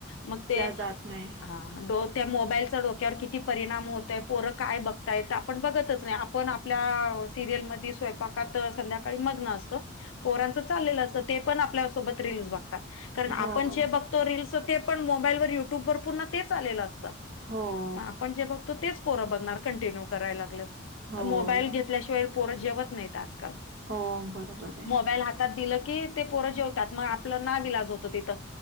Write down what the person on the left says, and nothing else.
मग ते
हा डो त्या मोबाईलचा डोक्यावर किती परिणाम होतोय पोरं काय बघतायेत आपण बघतच नाही आपण आपल्या सिरियल म स्वयंपाकात संध्याकाळी मग्न असत पोरांचं चाललेलं असतं ते पण आपल्यासोबत रीलज बघत कारण आपण
जे बघतो रीलस ते पण मोबाईल व युट्यूब वर पर्ण तेच आलेलं असतं
मग आपण जे बघतो तेच पोरं बघणार कंटिन्यू करायला लागलं
ल घेतल्याशिवाय प जेवत नाही आज
मो दिलं की ते पोरं जेवतात मग आपलं ना विलाज होत तिथं